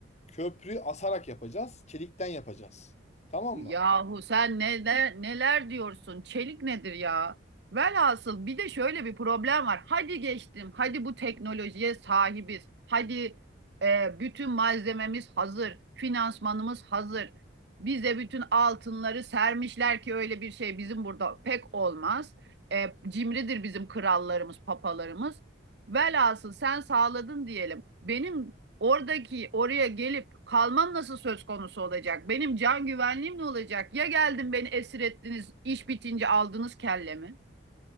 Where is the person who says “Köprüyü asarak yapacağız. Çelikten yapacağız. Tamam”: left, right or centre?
Left